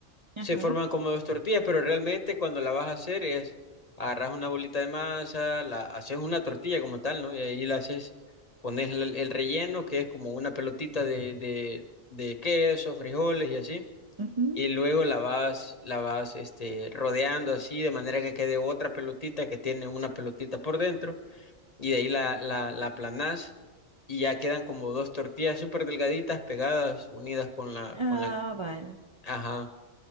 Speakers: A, on the right; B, on the left.
A: Ajá.
B: se forman como dos tortillas, pero realmente cuando la vas a hacer es agarras una bolita de masa, la haces una tortilla como tal, ¿no? Y ahí la haces, pones el, el relleno, que es como una pelotita de, de, de queso, frijoles y así.
A: Ujú.
B: Y luego la vas, la vas este, rodeando así, de manera que quede otra pelotita que tiene una pelotita por dentro. Y de ahí la, la, la aplanás y ya quedan como dos tortillas súper delgaditas pegadas, unidas con la,
A: Ah,
B: con la,
A: vale.
B: ajá.